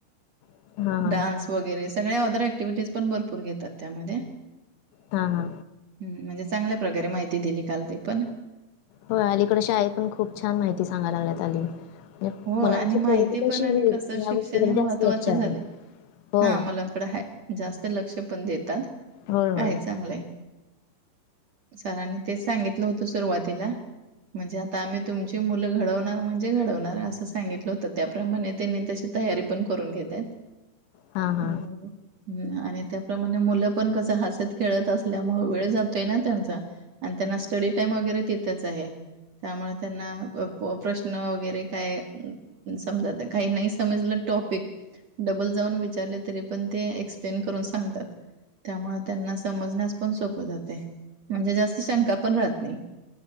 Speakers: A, on the left (about 75°); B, on the right (about 50°).
A: हां
B: इरे
A: हां
B: ज वगैरे सगळ्या अदर क्टिव्हिटीज पण भरपूर घेतात त्यामध्ये
A: हा हा
B: हम् म्हणजे चांगल्या प्रकारे माहिती दिली काल ते पण
A: हो अलीकडे शाळेत पण खूप छान माहिती सांगयला लागल्यात अली म्हणजे
B: हो
A: मुलांची
B: आणि माहिती
A: प्रगती कशी
B: पण आणि
A: होईल
B: कसं
A: ह्या
B: शिक्षण
A: गोष्टीकडे
B: हे महत्त्वाचं
A: जास्त लक्ष आहे
B: झालंय.
A: हो
B: हां, मुलांकडे जास्त लक्ष पण देतात
A: होय होय
B: आहे चांगलंय सला आणि तेच सांगितलं होतं सुरुवातीला म्हणजे आता आम्ही तुमची मुलं घडवणार म्हणजे घडवणार अस सांगितलं होत त्याप्रमाणे त्यांनी तशी तयारी पण करून घेतात
A: हा हा
B: म ह् आणि त्याप्रमाणे मुलं पण कस हसत खेळत असल्यामुळे वेळ जातोय ना त्यांचा आणि त्यांना स्टडी टाइम वगैरे तिथेच आहे त्यामुळे त्यांना प्रश्न वगैरे काय समजाता काही नाही समजलं टॉपिक. डबल जाऊन विचारले तरी पण ते एक्सप्लेन करून सांगतात. त्यामु त्यांना समजण्यास पण सोप जाते. म्हणजे जास्त शंका पण राहत नाही.